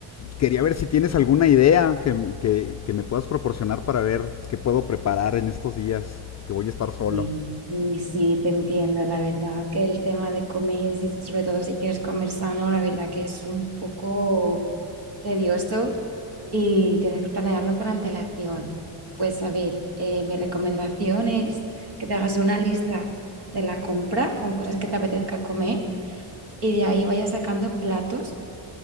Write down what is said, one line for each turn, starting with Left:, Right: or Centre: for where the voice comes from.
Left: quería ver si tienes alguna idea que, que- que me puedas proporcionar para ver qué puedo preparar en estos días que voy a estar solo.
Right: Sí, sí, sí, te entiendo, la verdad que el tema de comer, si- sobre todo si quieres comer sano, la verdad que es un poco tedioso y tienes que planearlo con antelación. Pues a ver, eh, mi recomendación es que te hagas una lista de la compra con cosas que te apetezca comer y de ahí vayas sacando platos